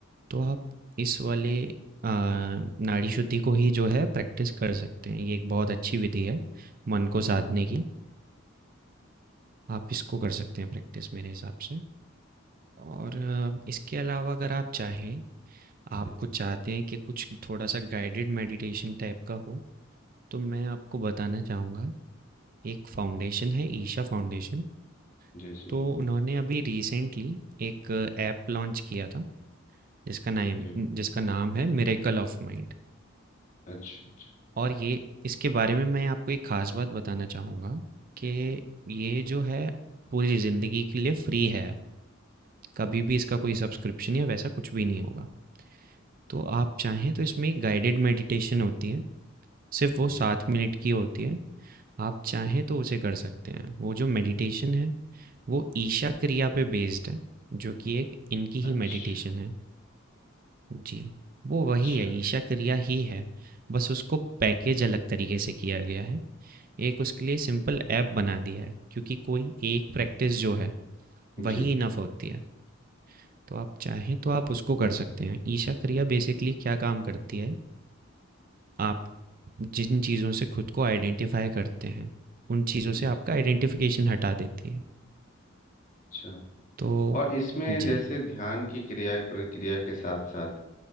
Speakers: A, on the right (about 45°); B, on the left (about 40°).
A: तो आप इस वाले आ, नाड़ी शुद्धि को ही जो है प्रैक्टिस कर सकते हैं ये एक बहुत अच्छी
B: अच्छा
A: विधि है मन को
B: जी
A: साधने की आप इसको कर सकते हैं प्रैक्टिस मेरे हिसाब से और आ, इसके अलावा अगर आप चाहें आपको
B: जी
A: चाहते हैं कि कुछ थोड़ा सा गाइडेड मेडिटेशन टाइप का हो तो मैं आपको बताना चाहूँगा, एक फाउंडेशन है ईशा फाउंडेशन,
B: जी जी
A: तो उन्होंने अभी रिसेंटली एक ऐप लॉन्च किया था, जिसका नाम
B: जी
A: जिसका नाम है मिरेकल ऑफ माइंड
B: अच्छा अच्छा
A: और ये इसके बारे में मैं आपको एक ख़ास बात बताना चाहूँगा कि ये जो है, पूरी ज़िंदगी के लिए फ्री है, कभी भी इसका कोई सब्सक्रिप्शन या वैसा कुछ भी नहीं होगा। तो आप चाहें तो इसमें एक गाइडेड मेडिटेशन होती है, सिर्फ़ वो
B: जी
A: 7 मिनट की होती है, आप चाहें तो उसे कर सकते हैं। वो जो मेडिटेशन है, वो ईशा क्रिया पे बेस्ड है जो कि एक इनकी ही
B: अच्छा
A: मेडिटेशन है जी वो
B: अच्छा
A: वही है ईशा क्रिया ही है बस उसको पैकेज अलग तरीके से किया गया है एक उसके लिए सिंपल ऐप बना दिया है क्योंकि कोई एक प्रैक्टिस जो है वही
B: जी
A: इनफ होती है तो आप चाहें तो आप उसको कर सकते हैं ईशा क्रिया बेसिकली क्या काम करती है आप जिन चीज़ों से खुद को आइडेंटिफाई करते हैं उन चीज़ों
B: जी
A: से
B: जी,
A: आपका आइडेंटिफिकेशन हटा देती है
B: अच्छा
A: तो
B: और इसमें
A: जी
B: जैसे ध्यान की क्रिया प्रक्रिया के साथ साथ